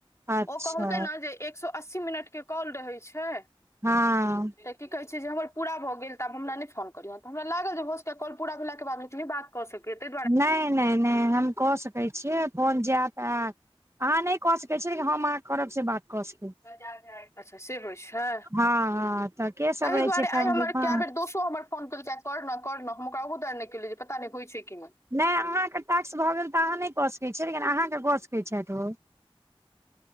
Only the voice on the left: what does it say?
ओ कहलकै ने जे एक सौ अस्सी मिनटके कॉल रहै छैय।
तऽ की कहै छैय जे हमर पूरा भऽ गेल तऽ आब हमरा नहि फोन करलियह तऽ हमरा लागल जे भस कॉ पूरा भेलाके बाद निकली बात कऽ सकैत
अच्छा से होइ छैय
ताही
दुआरे
आइ हमर
कए बेर दोस्त हमर फोन केलकै कर न कर न हम ओकरा उ दर् नहि केले जे पता नहि होइ छैय कि नहि।